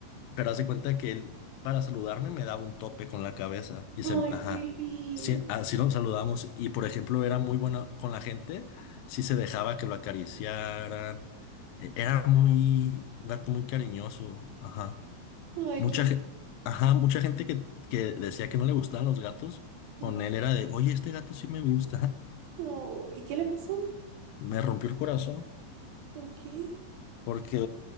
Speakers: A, on the left (about 75°); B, on the right (about 75°).
A: pero haz de cuenta que él para saludarme me daba un tope con la cabeza y
B: Ay,
A: se, ajá,
B: qué lindo.
A: sí, así nos saludamos y por ejemplo era muy buena con la gente, sí se dejaba que lo acariciaran, e- era muy un gato muy cariñoso, ajá.
B: Ay,
A: Mucha,
B: qué
A: ge- ajá, mucha gente que, que decía que no le gustaban los gatos, con
B: lindo.
A: él era de, oye, este gato sí me gusta. <laughs>
B: Oh, ¿y qué le pasó?
A: Me rompió el corazón
B: ¿Por qué?
A: porque